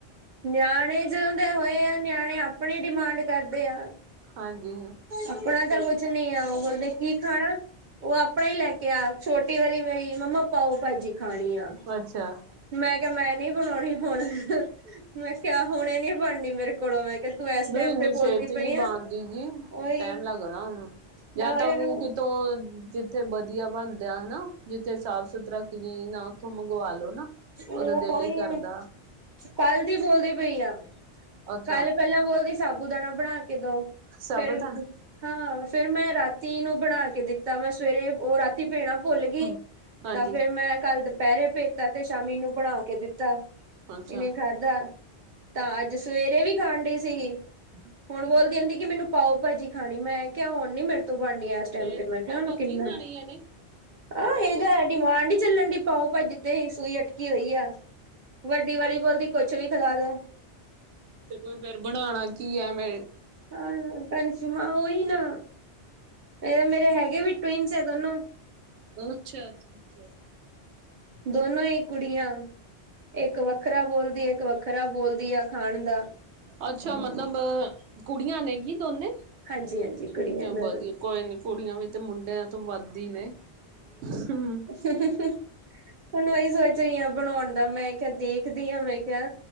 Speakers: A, on the right (about 50°); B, on the right (about 75°).
A: ਨਿਆਣੇ ਜਦੋਂ ਦੇ ਹੋਏ ਆ, ਨਿਆਣੇ ਆਪਣੀ ਡਿਮਾਂਡ ਕਰਦੇ ਆ।
B: ਹਾਂਜੀ
A: ਆਪਣਾ ਤਾਂ ਕੁਛ ਨਹੀਂ ਆ ਉਹ ਬੋਲਦੇ ਕੀ ਖਾਣਾ ਉਹ ਆਪਣਾ ਹੀ ਲੈ ਕੇ ਆ, ਛੋਟੀ ਵਾਲੀ ਮੇਰੀ ਮੰਮਾ ਆਪਾਂ ਉਹ ਪਾਵ ਭਾਜੀ ਖਾਣੀ ਆ
B: ਅੱਛਾ।
A: ਮੈਂ ਕਿਹਾ ਮੈਂ ਨੀ ਬਣਾਉਣੀ ਹੁਣ, ਮੈਂ ਕਿਹਾ ਹੁਣ ਇਹ ਨੀ ਬਣਨੀ ਮੇਰੇ ਕੋਲੋਂ ਮੈਂ ਕਿਹਾ ਤੂੰ ਇਸ
B: ਨਹੀਂ
A: ਟਾਈਮ
B: ਇੰਨਨੀ
A: ਤੇ ਬੋਲਦੀ
B: ਛੇਤੀ
A: ਪਈ
B: ਨਹੀਂ ਬਣਦੀ
A: ਆ
B: ਗ
A: ਉਹੀ
B: ਟਾਈਮ ਲੱਗਦਾ ਉਹਨੂੰ ਜਾਂ
A: ਮੈਂ ਉਹਨੂੰ
B: ਤੁਹਾਨੂੰ ਕਿਤੋਂ ਜਿੱਥੇ ਵਧੀਆ ਬਣਦਾ ਹਨਾ ਜਿੱਥੇ ਸਾਫ ਸੁਥਰਾ ਕਲੀਨ ਆ ਉੱਥੋਂ ਮੰਗਵਾ ਲ ਲੋ ਨਾ
A: ਉਹ
B: ਉਹਦਾ ਦਿਲ ਹੀ
A: ਈ।
B: ਕਰਦਾ
A: ਕੱਲ ਦੀ ਬੋਲਦੀ ਪਈ ਆ,
B: ਅੱਛਾ
A: ਕੱਲ ਪਹਿਲਾਂ ਬੋਲਦੀ। ਸਾਬੂ ਦਾਣਾ ਬਣਾ ਕੇ ਦਓ,
B: ਸਾਬੂਦਾਨਾ
A: ਫੇਰ। ਹਾਂ ਫੇਿਰ ਮੈਂ ਰਾਤੀ ਇਨੂੰ ਬਣਾ ਕੇ ਦਿੱਤਾ, ਮੈਂ ਸਵੇਰੇ ਉਹ ਰਾਤੀ ਤੀ ਪੈਣਾ ਭੁੱਲ ਗਈ
B: ਹਮ ਹਾਂਜੀ
A: ਤਾਂ ਫੇਿਰ ਮੈਂ ਕੱਲ ਦੁਪਹਿਰੇ ਪੇਤਾ ਸ਼ਾਮੀ ਨੂੰ ਬਣਾ ਕੇ ਦਿੱਤਾ
B: ਅੱਛਾ
A: ਇਹਨੇ ਖਾਧਾ ਤਾਂ ਅੱਜ ਸਵੇਰੇ ਵੀ ਖਾਣ ਡਈ ਸੀਗੀ। ਹੁਣ ਬੋਲਦੀ ਦੀ ਕਿ ਮੈਨੂੰ ਪਾਓ ਭਾਜੀ ਖਾਣੀ ਮੈਂ ਕਿਹਾ ਹੁਣ ਨੀ ਮੇਰੇ ਤੋਂ ਬਣਨੀ ਐ। ਟਮ
B: ਫੇਰ
A: ਤੇ ਮੈਂ ਕਿਹਾ
B: ਪਾਓ
A: ਹੁੰਨ,
B: ਭਾਜੀ
A: ਕਿੰਨਾ
B: ਖਾਣੀ ਇਹਨੇ
A: ਆਾਂ ਇਹਦਾ ਡਿਮਾਂਡ ਹੀ ਚੱਲਣ ਡ ਪਾਓ ਭੱਜ ਤੇ ਸੂਈ ਅਟਕੀ ਹੋਈ ਆ। ਵਡੀ ਵਾਲੀ ਬੋਲ ਦੀ ਕੁਛ ਵੀ ਖਿਲਾ ਦੋ।
B: ਤੇ ਕੋਈ ਫੇਿਰ ਬਣਾਣਾ ਕੀ ਹੈ ਮੇ
A: ਹਾਂ ਕ ਹਾਂ ਉਓਹੀ ਨਾ, ਇਹ ਮੇਰੇ ਹੈਗੇ ਵੀ ਟਵਿਨਸ ਹੈ ਦੋਨੋ
B: ਅੱਛਾ ਅੱਛਾ ਅੱਛਾ।
A: ਦੋਨੋ ਹੀ ਕੁੜੀਆਂ, ਇੱਕ ਵੱਖਰਾ ਬੋਲਦੀ ਇੱਕ ਇੱਕ ਵੱਖਰਾ ਬੋਲਦੀ ਆ ਖਾਣ ਦਾ।
B: ਅੱਛਾ ਮਤਲਬ ਕੁੜੀਆਂ ਨੇ ਗੀ ਦੋਨੇ,
A: ਹਾਂਜੀ ਹਾਂਜੀ ਕੁੜੀਆਂ
B: ਚਲੋ
A: ਦੋਨੋ
B: ਵਧੀਆ ਕੋਈ ਨੀ ਕੁੜੀਆਂ ਵੀ ਤੇ ਮੁੰਡਿਆਂ ਤੋਂ ਵੱਧ ਹੀ ਨੇ, ਹਮ
A: ਹੁੰਨ ੳਹੀ ਸੋਚ ਰਹੀ ਹ ਬਣਾਉਣ ਦਾ, ਮੈਂ ਕਿਹਾ ਦੇਖਦੀ ਆ ਮੈਂ ਕਿਹਾ